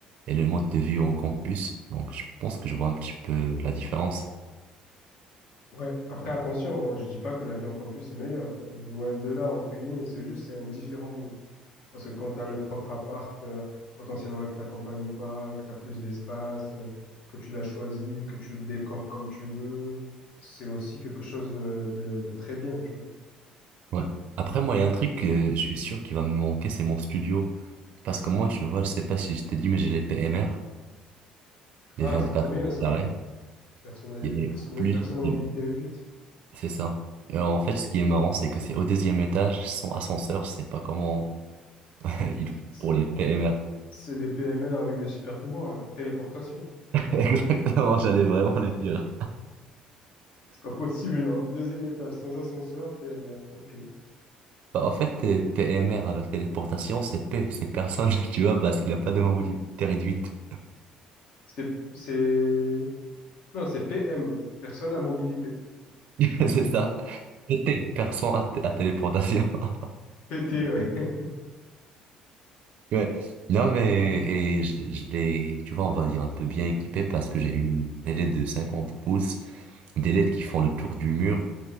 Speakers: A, on the right (about 60°); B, on the left (about 65°).
A: et le mode de vie en campus. Donc, je pense que je vois un petit peu la différence.
B: Ouais, après attention, hein, je dis pas que la vie en campus est meilleure, euh, loin de là, entre guillemets, c'est juste, c'est un différent mood. Parce que quand tu as le propre appart, euh, potentiellement avec ta compagne ou pas, que tu as plus d'espace, euh, que tu l'as choisi, que tu le décores comme tu veux, c'est aussi quelque chose de, de, de très bien, tu vois.
A: Ouais. Après, moi, il y a un truc que je suis sûr qui va me manquer, c'est mon studio. Parce que moi, tu vois, je sais pas si je t'ai dit, mais j'ai les PMR,
B: Ah,
A: les 24
B: c'est trop bien
A: mètres
B: ça.
A: carrés.
B: Personnalité,
A: Et
B: personne,
A: en plus,
B: personne à mobilité
A: j'ai-
B: réduite.
A: c'est ça. Euh, en fait, ce qui est marrant, c'est que c'est au deuxième étage, sans ascenseur, je sais pas comment Il faut
B: C-
A: pour les PMR.
B: C'est des PMR avec des super pouvoirs, là. Téléportation.
A: <laughs> Exactement, j'allais vraiment le dire.
B: C'est pas <laughs> possible, genre, deuxième étage, sans ascenseur, PMR. Ok.
A: Bah, En fait, euh, PMR avec téléportation, c'est P, c'est personne, <laughs> tu vois, parce qu'il n'a pas de mobilité réduite.
B: C'est, c'est, non, c'est PM, personne à mobilité.
A: <laughs> C'est ça. C'était personne à, t- à téléportation. <laughs>
B: PT, ouais. <laughs>
A: Ouais. Non, mais et je, je l'ai, tu vois, on va dire un peu bien équipé parce que j'ai une télé de 50 pouces, des LED qui font le tour du mur.